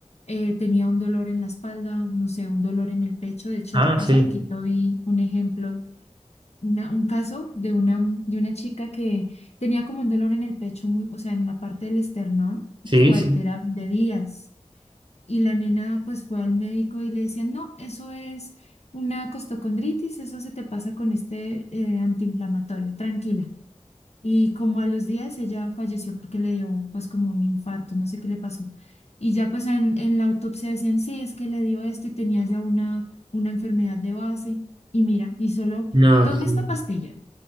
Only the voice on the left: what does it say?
eh, tenía un dolor en la espalda, no sé, un dolor en el pecho. De hecho,
hace
poquito vi un ejemplo una, un caso de una, de una chica que tenía como un dolor en el pecho, muy, o sea, en la parte del esternón
fuerte,
era de días. Y la nena pues fue al médico y le decían, no, eso es una costocondritis, eso se te pasa con este eh, antiinflamatorio, tranquila. Y como a los días ella falleció porque le dio pues como un infarto, no sé qué le pasó. Y ya pues en, en la autopsia decían, sí, es que le dio esto y tenía ya una, una enfermedad de base. Y mira, y solo
tome
esta pastilla.